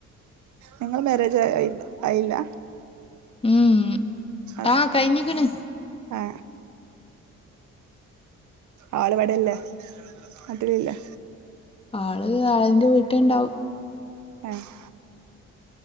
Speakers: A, on the right; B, on the left.
A: നിങ്ങളെ മാരേജ് ആയി ആയില്ല?
B: ഉം
A: അതെ
B: ആഹ് കഴിഞ്ഞിക്ക്ണ്.
A: ആഹ് ആള് ഇവിടെല്ലേ? നാട്ടിലില്ലേ?
B: ആള് ആളിന്റെ വീട്ട്ണ്ടാവും.
A: ആഹ്